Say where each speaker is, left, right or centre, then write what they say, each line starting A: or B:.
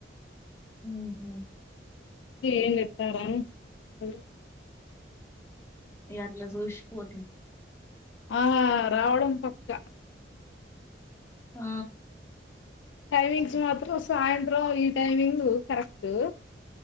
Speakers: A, on the left (about 15°); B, on the left (about 75°).
A: మ్మ్ హ్మ్
B: ఏం చెప్తారా అని
A: ఇగ అట్లా చూస్పోతిమి
B: ఆ రావడం పక్క
A: ఆ
B: టైమింగ్స్ మొత్ అ సాయంత్రం ఈ టైమింగ్ కరెక్ట్